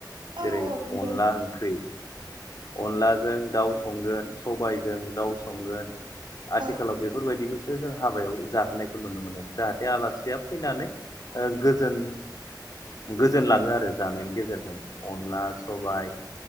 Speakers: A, on the right (about 90°); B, on the left (about 50°).
A: औ
B: जेरै
A: औ नंगौ
B: अनला ओंख्रि अनलाजों दाउ संगोन सबायजों दाउ संगोन आथिखालाव
A: औ
B: बेफोरबायदिखौ- सो जों हाबायाव जाहोनायखौ नुनो मोन जाहाथे आलासिया फैनानै ओ गो- जोन गोजोनलाङो आरो जानायनि गेजेरजों अनला सबाय